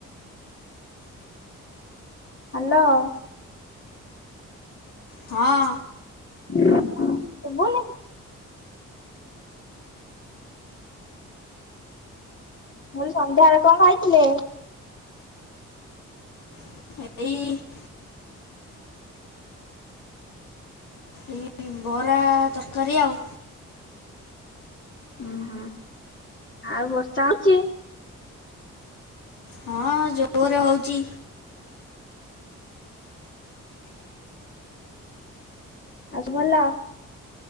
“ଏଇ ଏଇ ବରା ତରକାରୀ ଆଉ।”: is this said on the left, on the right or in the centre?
Left